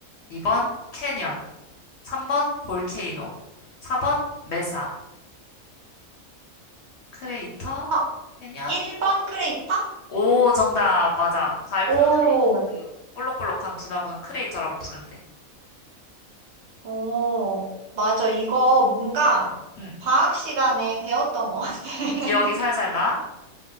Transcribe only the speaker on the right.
아,
1번 크레이터?
오,
오. 맞아. 이거 뭔가
과학 시간에 배웠던 것 같아. <laughs>